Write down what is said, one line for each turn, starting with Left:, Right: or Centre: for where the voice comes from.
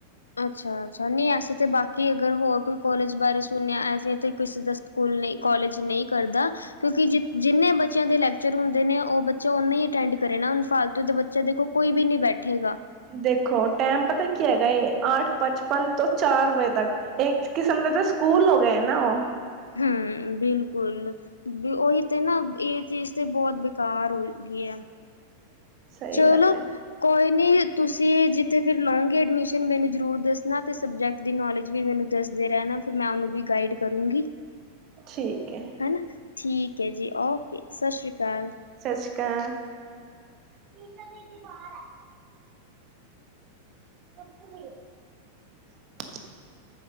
Left: ਅੱਛਾ-ਅੱਛਾ, ਨਈ ਐਸੇ ਤਾਂ ਬਾਕੀ ਅਗਰ ਹੋਰ ਕੋਈ ਕੋਲੇਜ ਬਾਰੇ ਸੁਨੇਆ ਐਸੇ ਤੇ ਕਿਸੇ ਦਾ ਸੁਕੂਲ ਨਈ ਕੋਲੇਜ ਨਈ ਕਰਦਾ ਕਿਉਂਕਿ ਜਿ ਜਿੰਨੇ ਬੱਚੇਆਂ ਦੇ ਲੈਕਚਰ ਹੁੰਦੇ ਨੇ ਓ ਬੱਚਾ ਓਨਾ ਈ ਅਟੈਂਡ ਕਰੇ ਨਾ ਹੁਨ ਫਾਲਤੂ ਦੇ ਬੱਚਾ ਦੇਖੋ ਕੋਈ ਬੀ ਨੀ ਬੈਠੇਗਾ।
Right: ਦੇਖੋ ਟੈਮ ਪਤਾ ਕੀ ਹੈਗਾ ਐ, ਆਠ ਪੱਚਪਨ ਤੋਂ ਚਾਰ ਵਜੇ ਤੱਕ। ਏਕ ਕਿਸਮ ਦਾ ਤਾਂ ਸੁਕੂਲ ਹੋ ਗੇਆ ਏ ਨਾ ਓ।
Left: ਹੂੰ, ਬਿਲਕੁਲ। ਵ ਓਹੀ ਤੇ ਨਾ ਏ ਚੀਜ਼ ਤੇ ਬੋਤ ਬੇਕਾਰ ਹੋ ਈ ਗੀ ਏ।
Right: ਸਹੀ
Left: ਚਲੋ
Right: ਗੱਲ ਹੈ
Left: ਕੋਈ ਨਈ ਤੁਸੀਂ ਜਿੱਥੇ ਫਿਰ ਲਓਗੇ ਐਡਮਿਸ਼ਨ ਮੈਨੂੰ ਜਰੂਰ ਦੱਸਨਾ ਤੇ ਸਬਜੈਕਟ ਦੀ ਨੌਲੇਜ ਵੀ ਮੈਨੂੰ ਦੱਸਦੇ ਰੈਨਾ ਫਿਰ ਮੈਂ ਓਨੂੰ ਵੀ ਗਾਈਡ ਕਰੂੰਗੀ।
Right: ਠੀਕ ਹੈ
Left: ਹਨਾ, ਠੀਕ ਹ਼ਏ ਜੀ ਓਕੇ ਸਸ੍ਰੀ ਕਾਲ।
Right: ਸਸ੍ਰੀ ਕਾਲ। <unintelligible> ਦੀਦੀ ਬਾਰ ਐ <unintelligible>